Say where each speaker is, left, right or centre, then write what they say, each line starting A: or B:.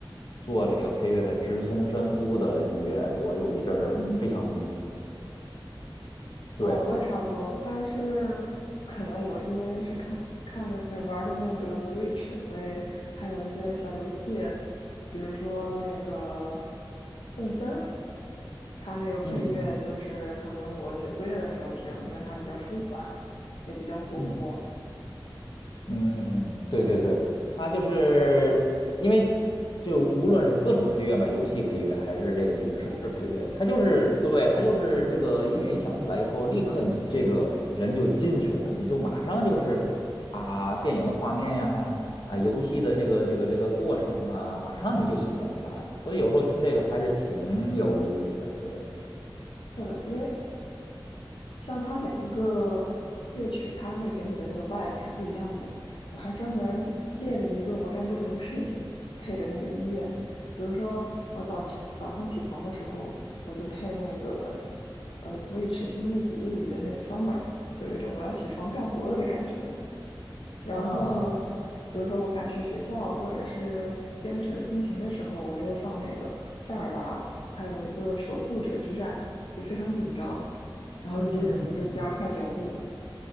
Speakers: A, on the left; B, on the left.
A: 做这个配乐的植松伸夫的音乐，我有一阵儿非常迷。
B: 嗯。
A: 对，
B: 啊，我也差不多，但是可能我因为是看看的那玩儿的那个 Switch，所以它有一些小游戏，比如说那个动森儿它那个配乐就是可能我写作业的时候听，
A: 嗯嗯
B: 因为它比较舒缓，也比较活泼。
A: 嗯。嗯嗯，对对对，它就是因为就无论是各种配乐嘛，游戏配乐还是这个影视配乐，
B: 对，
A: 它就是对它就是这个音乐一响起来以后，立刻你这个人就进去了，你就马上就是啊电影的画面呀，啊游戏的这个这个这个过程啊，马上你就显现出来了。所以有时候听这个还是挺有意思的，对
B: 是的，因为像它每一个乐曲，它那给你的那个 vibe 是不一样的。我还专门列了一个我干不同的事情配的那个音乐，比如说我早起早上起床的时候，我就配那个呃 Switch《星露谷物语》的那个 Summer，就有一种我要起床干活了的感觉。然后，
A: 啊，
B: 比如说我赶去学校或者是兼职通勤的时候，我就会放那个塞尔达，它有一个守护者之战，就非常紧张，然后你就忍不住加快脚步。
A: 嗯嗯嗯嗯嗯。